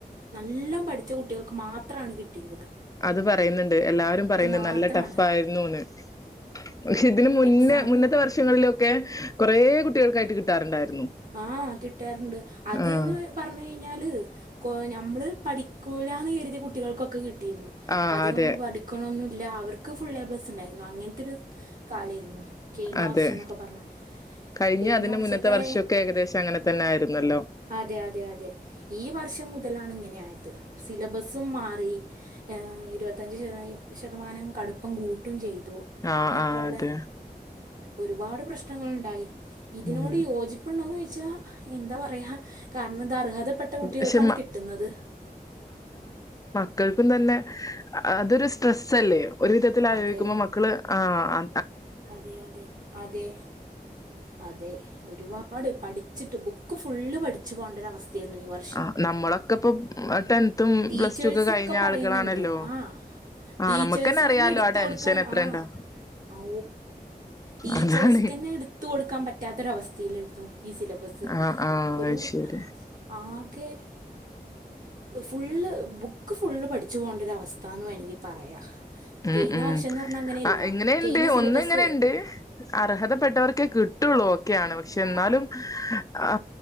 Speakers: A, on the right; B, on the left.
A: നല്ലോം പഠിച്ച കുട്ടികൾക്ക് മാത് ത്രാണ് കിട്ടിക്കണേ
B: അത് പറയുന്നുണ്ട് എല്ലാവാരും പറയുന്നു
A: മാത്രമാണ്
B: നല്ല ടഫ് ആായിരുന്നുന്ന് പക്ഷെ ഇതിന് മുന്നേ
A: എക്സാമും
B: മുന്നത്തെ വർഷങ്ങളിലൊക്കെ കുറെ കുട്ടികൾക്കായിട്ട് കിട്ടറുണ്ടായിരു
A: ആ കിട്ടാറിണ്ട് അത്
B: ആഹ്
A: ന്ന് പറഞ്ഞു കഴിഞ്ഞാല് ക്കോ ഞ്ഞമ്മള്പഠിക്കൂലാന്ന് കരുതിയ കുട്ടികൾക്കൊക്കെ കി ട്ടീരുന്നു
B: ആഹ്
A: അധികം
B: അതെ
A: പഠിക്കണോന്നു ഇല്ല അവർ ക്ക് ഫുള്ളേപ്ലസ്സ് ഇണ്ടായിരുന്നു അങ്ങനത്തൊരു കാലേയിരുന്നു കെഴിഞ്ഞ
B: അതെ
A: വർഷന്നൊക്കെ പറഞ്ഞാ
B: കഴിഞ്ഞ
A: കെഴിഞ്ഞ
B: അതിന്
A: വർഷത്തേ
B: മുന്നത്തെ വർഷമൊക്കെ ഏകദേശം അങ്ങനെ തന്നെ ആയിരുന്നല്ലോ
A: അതെ അതെ അതെ ഈ വർഷം മുതലാണ് ഇങ്ങനെ ആയത് സിലബസും മാറി ഏ ഇരുപത്തഞ്ച് ശത ശതമാനം കടുപ്പം കൂട്ടും ചെയ്തു
B: ആ
A: എനിക്കുള്ള
B: ആ അതെ
A: ഒരുപാട് പ്രശ്നം നങ്ങളുണ്ടായി ഇതിനോട്
B: ഉം
A: യോജി- ഊണ് കഴിച്ചാ എന്താ പറയാ കാരണം ഇത് അർഹതപ്പെട്ട കുട്ടികൾക്കാണ്
B: പക്ഷെ മ
A: കിട്ടുന്നത്
B: ക്കൾക്കും തന്നെ അതൊരു സ്ട്രെസ്സ് അല്ലേയോ ഒരു വിധത്തിൽ ആലോചിക്കുമ്പോൾ
A: അതെ
B: മക്കള് ആ-
A: അതെ അതെ അതെ അതെ ഒരുപാട് പഠി പഠിച്ചിട്ട് ബുക്ക് ഫുള്ള് പഠിച്ചു പോണ്ടൊരു അവസ്ഥയായിരുന്നു ഈ വർഷം
B: ആഹ് നമ്മളൊക്കെ ഇപ്പൊ ടെൻത്തും
A: ടീച്ചേഴ്സൊക്കെ
B: പ്ലസ് ടു ഒക്കെ കഴിഞ്ഞ
A: പറയുന്നുണ്ട്
B: ആളുകളാണല്ലോ
A: ആ
B: ആഹ്
A: ടീച്ചേഴ്സിനിനെന്നെ
B: നമുക്കന്നെ അറിയാലോ
A: എടുത്ത്
B: ആ ടെൻഷൻ
A: കൊടുക്കാം
B: എത്രയുണ്ടോ
A: ആ- ഓ ടീച്ചേഴ്സ്ക്കെന്നെ
B: അതാണ്
A: എടുത്ത കൊടുക്കാൻ പറ്റാത്തൊരവസ്ഥ പീരിയഡ് ത്രോ ഈ സിലബസ്
B: ആഹ് ആഹ്
A: ഒരു
B: അത് ശരി
A: ആകെ- ഫുള്ള് ബുക്ക് ഫുള്ള് പഠിച്ച് പോണ്ടൊരു അവസ്ഥാന്ന് വേണമെങ്കിൽ പറയാം
B: ഉം
A: കഴിഞ്ഞ
B: ഉം
A: വർഷം എന്ന് പറഞ്ഞാൽ അങ്ങനെയല്ല
B: ആ എങ്ങനെ-
A: കഴിഞ്ഞ
B: ണ്ട്
A: സിലബസ്
B: ഒന്നങ്ങനെണ്ട് അർഹതപ്പെട്ടവർക്ക്- കിട്ടുള്ളൂ- ഒക്കെയാണ് പക്ഷെ
A: ആ
B: എന്നാലും- ആ